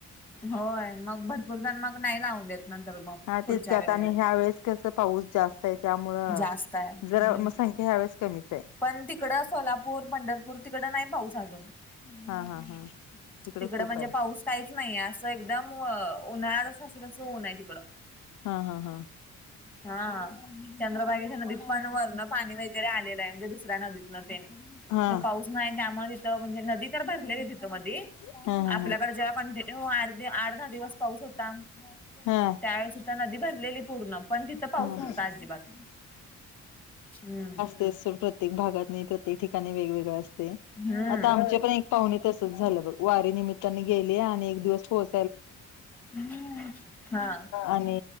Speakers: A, in the centre; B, on the left.
A: होय मग भरपूर जण मग नाही लावून देत नंतर मग
B: हा
A: पुढच्या
B: तेच की आता
A: वेळे
B: आणि ह्या वेळेस पाऊस जास्त आहे त्यामुळं,
A: जास्त आहे हम्म
B: जरा म संख्या ह्या वेळेस कमीच आहे.
A: पण तिकडं सोलापूर पंढरपूर तिकडं नाही पाऊस आजून. <unintelligible>
B: हा हा हा
A: तिकडं
B: खूप
A: म्हणजे,
B: आहे.
A: पाऊस काहीच नाहीे, आसं एकदम. म अ उनणार शशीशी उन नाही दि <unintelligible>
B: हा हा हां.
A: हा चंद्रभागेच्या नदीत पण वरण पाणी वगैरे आलेलं आहे. म्हणजे दुसऱ्या नदीतन ते
B: हा
A: ज पाऊस नाही, त्यामुळे तथ म्हणजे नदीत. चर भरलेली तीथ मधी
B: हा हा
A: आपल्याकडे जेवा कंटिन्यू आर्धी अर्धा दिवस पाऊस होता.
B: हा
A: त्यावेळेस ईथ नदी भरलेली पूर्ण, पण तिथं पाऊस
B: हा
A: नव्हत
B: हा.
A: त आजीबात हम्म.
B: ते सुर प्रत <unintelligible> त्येक भागात नही प्रत्येक ठिका वेगवेगळा आस तेआता
A: हम्म
B: आमचे पण एक पाहुणी तसच झालं, बघ वारी निमित्ताने गेले, आणि एक दिवस पोहोच
A: हम्म हा.
B: आणि